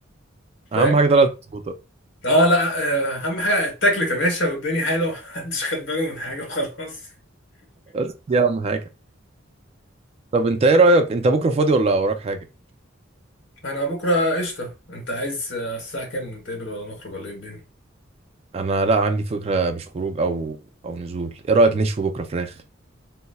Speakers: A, on the left; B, on the right.
A: فاهم
B: اهم حاجه طلعت مظبوطه
A: اه لا آه، اهم حاجه اتاكلت يا باشا والدنيا حلوه <laughs> محدش خد باله من حاجه وخلاص
B: بس دي اهم حاجه طب انت ايه رايك انت بكره فاضي ولا وراك حاجه
A: انا بكره قشطه انت عايز آه، الساعه كام نتقابل ولا نخرج ولا ايه الدنيا
B: انا لا عندي فكره مش خروج او او نزول ايه رايك نشوي بكره فراخ